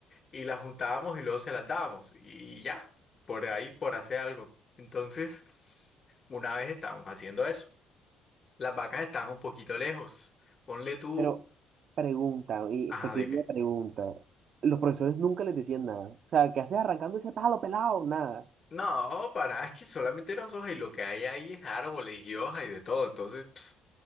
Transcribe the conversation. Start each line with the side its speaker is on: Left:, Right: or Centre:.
Left: y las juntábamos y luego se las dábamos y ya, por ahí, por hacer algo. Entonces, una vez estábamos haciendo eso, las vacas estaban un poquito lejos. Ponle tú,
Right: Pero pregunta, y
Left: ajá,
Right: pequeña
Left: dime.
Right: pregunta. Los profesores nunca les decían nada. O sea, ¿qué haces arrancando ese pájaro pelado? Nada.
Left: No, para, nada, es que solamente eran hojas y lo que hay ahí es árboles y hojas y de todo. Entonces, pss,